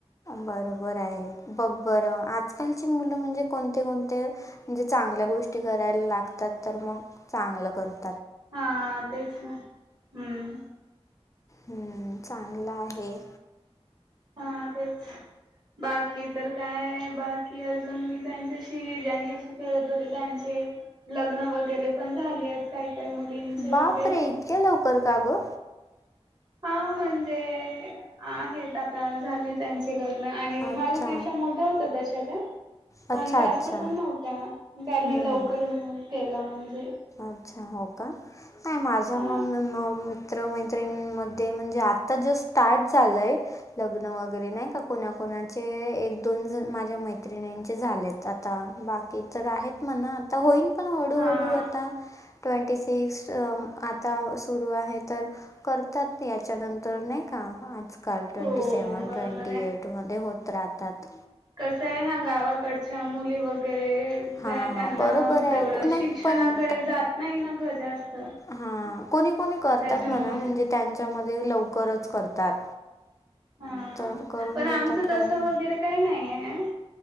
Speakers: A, on the left; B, on the right.
A: बरोबर आहे बघ बर आजकालची मुलं म्हणजे कोणते कोणते म्हणजे चांगल्या गोष्टी करायला लागतात तर मग चांगलं करत.
B: हा तेच ना हम्म.
A: हम्म चांगला आहे.
B: हां तेच. बाकी तर काय बाकी अजून मी त्यांच्याशी ज्यांच्याशी खेळत होते त्यांचे लग्न वगैरे पण झालीयेत काही काय मुलींचे
A: बापरे
B: वगैरे
A: इतक्या लवकर का ग?
B: हा म्हणजे आहेत आता झाली त्यांची लग्न आणि
A: अच्छा
B: माझ्यापेक्षा मोठ्या होत्या तशा त्या
A: अच्छा
B: पण जास्त
A: अच्छा
B: पण नव्हत्या त्यांनी
A: हम्म
B: लवकर
A: हम्म.
B: म केलं म्हणजे.
A: अच्छा हो का नाही माझ्या
B: हा
A: मम म मित्र मैत्रीणींमध्ये म्हणजे आता जस्ट स्टार्ट झालंय लग्न वगैरे नाही का कोणाकोणाचे एक दोन जण माझ्या मैत्रिणींचे झालेत. आता बाकी तर आहेत म्हणा आता होईन. पण हळूहळू
B: हां.
A: आता ट्वेंटी सिक्स आता सुरू आहे तर करतात याच्यानंतर नाही का आज. काल ट्वेंटी
B: हो
A: सेव्हन
B: बरोबर
A: ट्वेंटी एटमध्ये होत राहतात.
B: कसंय ह्या गावाकडच्या मुली वगैरे
A: हां,
B: त्यांना
A: हां. बरोबर आहे.
B: तेवढं
A: को- नाही
B: शिक्षणाकडे
A: पण
B: जात नाही ना ग जास्त.
A: हा कोणी कोणी करतात
B: त्याच्यामुळे
A: म्हणा म्हणजे त्यांच्यामध्ये लवकरच करतात.
B: हा
A: तर करून
B: पण
A: घेतात
B: आमचं
A: कोणी
B: तस वगैरे काय नाही आहे